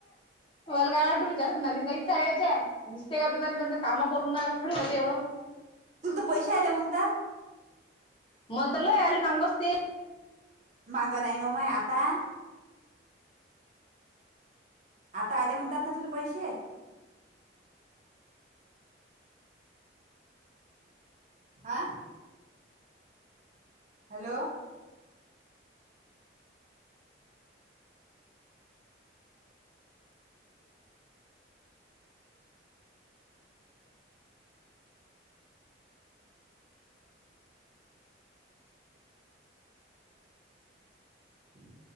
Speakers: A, on the left; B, on the right.
A: मला काय वाटलंच्या अस ननाचचायच्या आहे <unintelligible> नुसतेका दुपारपर्ंत काम करून थोडी होते एवढं <unintelligible>
B: तुला तर पैसे आले म्हणता?
A: म्हणंत ल याल मांगस ते <unintelligible>
B: मागं नाही नोम आहे आता <unintelligible> आता आले म्हणतात ना तुला पैसे आ हॅलो हम्